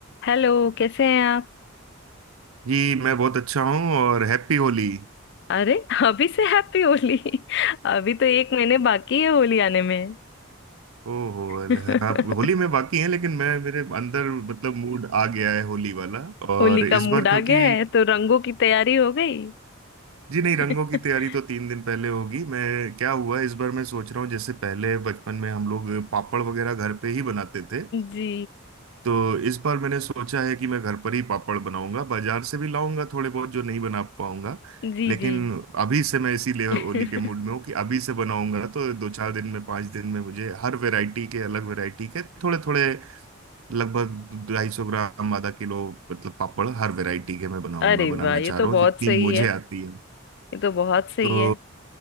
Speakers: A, on the left; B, on the right.
A: हेलो कैसे हैं आप
B: जी मैं बहुत अच्छा हूँ और हैप्पी होली
A: अरे अभी से हैप्पी होली <laughs> अभी तो एक महीने बाकी है होली आने में
B: ओहो अल-
A: <laughs>
B: आप होली में बाकी हैं लेकिन मैं मेरे अंदर मतलब मूड आ गया है होली वाला और
A: होली का
B: इस
A: मूड
B: बार
A: आ
B: क्योंकि
A: गया है तो रंगों की तैयारी हो गई
B: जी नहीं रंगों
A: <laughs>
B: की तैयारी तो तीन दिन पहले होगी मैं क्या हुआ इस बार मैं सोच रहा हूँ जैसे पहले बचपन में हम लोग पापड़ वगैरह घर पे ही बनाते थे
A: जी
B: तो इस बार मैंने सोचा है कि मैं घर पर ही पापड़ बनाऊंगा बाजार से भी लाऊंगा थोड़े बहुत जो नहीं बना पाऊंगा
A: जी
B: लेकिन
A: जी
B: अभी से मैं इसीलिए होली
A: <laughs>
B: के मूड में हूँ कि अभी से बनाऊंगा तो दो चार दिन में पाँच दिन में मुझे हर वैरायटी के अलग वैरायटी के थोड़े थोड़े लगभग ढाई सौ ग्राम आधा किलो मतलब पापड़ हर वैरायटी के मैं बनाऊंगा
A: अरे
B: बनाना
A: वाह
B: चाह
A: ये
B: रहा
A: तो
B: हूँ जितनी
A: बहुत सही
B: मुझे
A: है
B: आती है
A: ये तो बहुत सही
B: तो
A: है